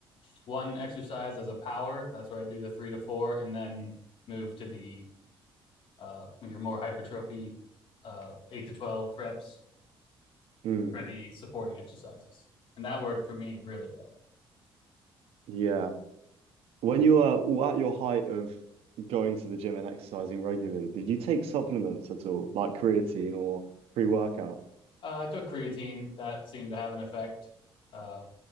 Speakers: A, on the left; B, on the right.
A: one exercise as a power. That's where I do the three to four, and then move to the uh, your more hypertrophy uh, eight to twelve reps
B: Mm,
A: for the supporting exercises, and that worked for me really well.
B: yeah. When you were, were at your height of going to the gym and exercising regularly, did you take supplements at all, like creatine or pre-workout?
A: Uh, I took creatine. That seemed to have an effect. Uh,